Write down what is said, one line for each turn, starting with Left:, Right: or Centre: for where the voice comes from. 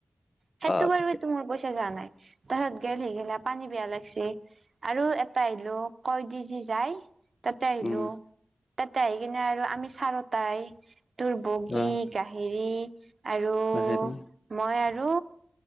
Right: সেইটো
Left: অ
Right: বাৰু
Left: ঠিকে
Right: এইটো মোৰ পইচা যোৱা নাই। তাৰ পিছত গেলি সি পানী পিয়াহ লাগছি। আৰু এটা আহিলো কয়দি যি যাই তাতে আহিলো।
Left: উম
Right: তাতে আহি কিনে আৰু আমি চাৰতাই তোৰ বগী
Left: অ
Right: হেৰি আৰু
Left: হেৰি
Right: মই আৰু